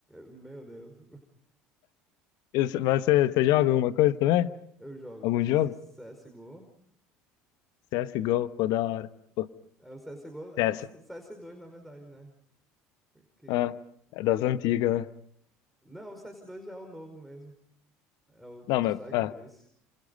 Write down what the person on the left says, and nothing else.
Eu- Mas você, você joga alguma coisa também?
Algum
jogo? CSGO, pô, da hora. Pô,
CS.
Ah, é das antigas, né?
Não, mas, ah,